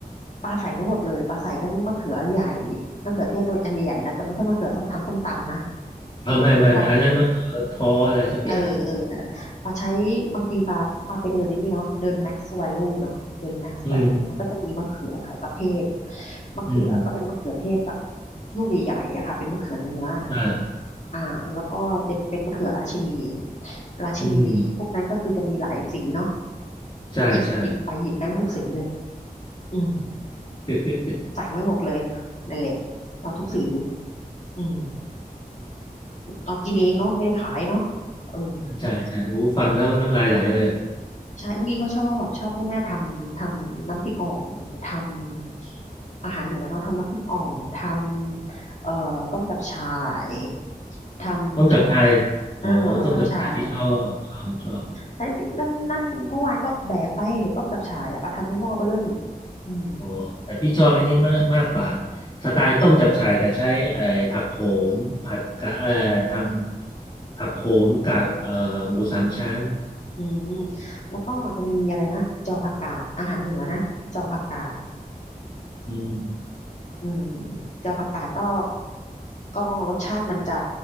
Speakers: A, on the left; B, on the left.
A: ปลาใสทั้งหมดเลยปลาใสทั้งมะเขือใหญ่มะเขือเทศตัวอันใหญ่ๆนะแต่ไม่ใช่มะเขือส้มทำส้มตำนะ
B: อ่าไม่ไม่ไม่อันนั้นมะเขือท้ออะไรสักอย่าง
A: ไม่ใช่เออเออนั่นแหละปลาใช้บางทีปลาปลาไปเดินในนี่เนาะเดิน Max Value เนาะเดิน Max
B: อืม
A: Value มันก็จะมีมะเขือหลายประเภทมะเขือก็เป็นมะเขือเทศแบบ
B: อืม
A: ลูกใหญ่ๆอะค่ะเป็นมะเขือเนื้อนะ
B: อ่า
A: อ่าแล้วก็เป็นเป็นมะเขือราชินีราชินีพวกนั้นก็คือจะมีหลายสีเนาะ
B: อืมใช่ใช่
A: หยิบหยิบไปหยิบแม่งทุกสีเลยอืม
B: <laughs>
A: ใส่แม่งหมดเลยนั่นแหละเอาทุกสีอืม เอากินเองเนาะไม่ได้ขายเนาะเออ
B: ใช่ใช่โอ้ฟังแล้วน้ำลายไหลเลยอะ
A: ใช่อุ้งอิงเขาชอบชอบให้แม่ทำทำน้ำพริกอ่องทำอาหารเหนือเนาะทำน้ำพริกอ่องทำเอ่อต้มจับฉ่ายทำจาะปัก
B: ต้มจับชายโอ้ต้มจับชายที่ชอบชอบชอบ
A: อ่าต้มจับฉ่ายใช่นั่นนั่นเมื่อวานก็แบกไปต้มจับฉ่ายอะไปทำให้หม้อเบ้อเริ่มอืม
B: อ๋อแต่พี่ชอบอันนี้มากมากกว่าสไตล์ต้มจับฉ่ายแต่ใช้ไอ้ผักโขมผัดกะเอ่อทำผักโขมกับเอ่อหมูสามชั้น
A: อืมแล้วก็จะมีอะไรนะจอผักกาดอาหารเหนือนะจอผักกาด
B: อืม
A: อืมเจ้าผักกาดก็ก็รสชาติมันจะ